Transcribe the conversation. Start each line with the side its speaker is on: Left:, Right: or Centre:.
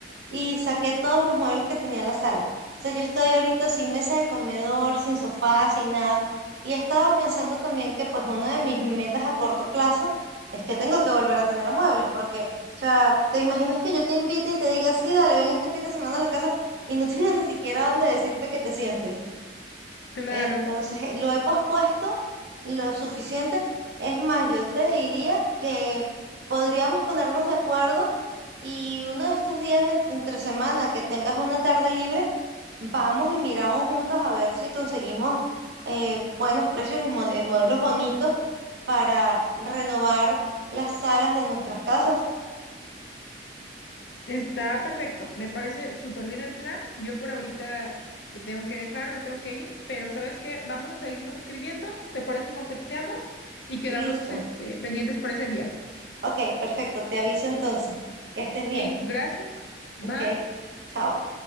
Right: y saqué todos los muebles que tenía en la sala. O sea, yo estoy ahorita sin mesa de comedor, sin sofá, sin nada. Y estaba pensando también que pues una de mis metas a corto plazo es que tengo que volver a tener muebles, porque, o sea, te imaginas que yo te invite y te diga, sí, dale, ven este fin de semana a la casa y no tengo <laughs> ni siquiera dónde decirte que te sientes.
Left: Claro.
Right: Entonces, eh, lo he pospuesto lo suficiente. Es más, yo te diría que podríamos ponernos de acuerdo y uno de estos días en- entre semana que tengas una tarde libre, vamos y miramos juntas a ver si conseguimos eh, buenos precios y mode- modelos bonitos para renovar las salas de nuestras casas.
Left: Está perfecto, me parece súper bien el plan. Yo por ahorita te tengo que dejar, me tengo que ir, pero ¿sabes qué? Vamos a seguirnos escribiendo, ¿te parece? Nos texteamos y quedamos
Right: Listo.
Left: este, pendientes para ese día.
Right: Ok, perfecto. Te aviso entonces. Que estés bien.
Left: Sí, gracias. Bye.
Right: Ok, chao.